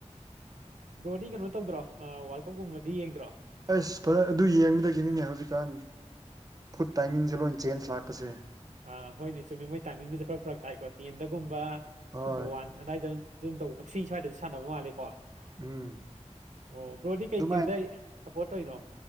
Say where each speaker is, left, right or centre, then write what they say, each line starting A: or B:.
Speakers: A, on the right; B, on the right.
A: ꯕ꯭ꯔꯣꯗꯤ ꯀꯩꯅꯣ ꯇꯧꯗ꯭ꯔꯣ ꯋꯥꯔꯜ ꯀꯞꯀꯨꯝꯕꯗꯤ ꯌꯦꯡꯗ꯭ꯔꯣ
B: ꯑꯁ ꯐꯖꯅ ꯑꯗꯨ ꯌꯦꯡꯕꯗꯒꯤꯅꯤꯅꯦ ꯍꯧꯖꯤꯛꯀꯥꯟ ꯐꯨꯗ ꯇꯥꯏꯃꯤꯡꯁꯦ ꯂꯣꯏ ꯆꯦꯟꯖ ꯂꯥꯛꯄꯁꯦ
A: ꯑ ꯍꯣꯏꯅꯦ ꯆꯨꯝꯃꯤ ꯃꯣꯏ ꯇꯥꯏꯃꯤꯡꯗꯨꯁꯨ ꯈꯔ ꯐꯔꯛ ꯇꯥꯏꯀꯣ ꯇꯦꯟꯗꯒꯨꯝꯕ
B: ꯍꯣꯏ
A: ꯋꯥꯟ ꯑꯗꯨꯗꯥꯏꯗ ꯖꯨꯝ ꯇꯧꯕ ꯊ꯭ꯔꯤ ꯁ꯭ꯋꯥꯏꯗꯗꯤ ꯁꯥꯟꯅꯕ ꯃꯥꯜꯂꯦꯀꯣ ꯑꯣ
B: ꯎꯝ
A: ꯕ꯭ꯔꯣꯗꯤ ꯀꯩ
B: ꯑꯗꯨꯃꯥꯏ
A: ꯇꯤꯝꯗ ꯁꯞꯄꯣꯔꯠ ꯇꯧꯅꯣ